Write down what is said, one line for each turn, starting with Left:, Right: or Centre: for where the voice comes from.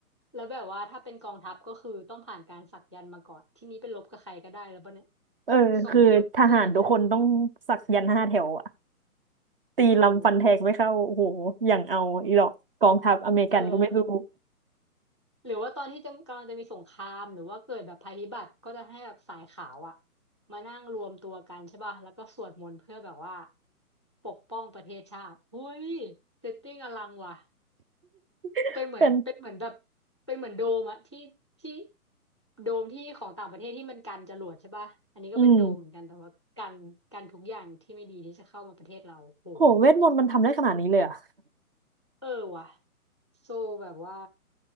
Left: แล้วแบบว่าถ้าเป็นกองทัพก็คือต้องผ่านการสักยันต์มาก่อนที่นี้ไปรบกับใครก็ได้แล้วป่ะเนี่ย
Right: เออคือทหารทุกคนต้องสักยันต์ห้าแถวอะ
Left: ส่งไปรบที่ไหนก็ได้
Right: ตีลำฟันแทงไม่เข้าโอ้โหอย่างเอาอีหรอกกองทัพอเมริกันก็ไม่รู้
Left: เออเออหรือว่าตอนที่จะกำลังจะมีสงครามหรือว่าเกิดแบบภัยพิบัติก็จะให้แบบสายขาวอะมานั่งรวมตัวกันใช่ป่ะแล้วก็สวดมนต์เพื่อแบบว่าปกป้องประเทศชาติเฮ้ยเซตติ้งอลังว่ะ
Right: <laughs>
Left: เป็นเหมือนเป็นเหมือนแบบ
Right: เป็น
Left: เป็นเหมือนโดมอะที่ที่โดมที่ของต่างประเทศที่มันกันจรวดใช่ป่ะอันนี้ก็เป็นโดมเหมือนกันแต่ว่ากันกันทุกอย่างที่ไม่ดีที่จะเข้ามาประเทศเราโห
Right: อืม โหเวทมนต์มันทำได้ขนาดนี้เลยเหรอ่ะ
Left: เออว่ะโซแบบว่า